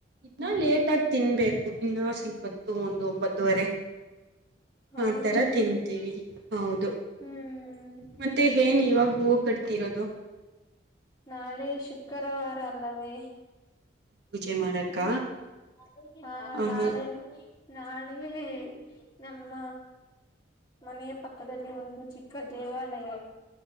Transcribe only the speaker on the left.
ಹೌದೇ
ಹ್ಮ್
ನಾಳೆ ಶುಕ್ರವಾರ ಅಲ್ಲವೇ
ಹ್ಮ್ ಹ
ನಾಳೆ ನಾಳೆಯ ನಮ್ಮ ಮನೆಯ ಪಕ್ಕದಲ್ಲಿ ಒಂದು ಚಿಕ್ಕ ದೇವಾಲಯ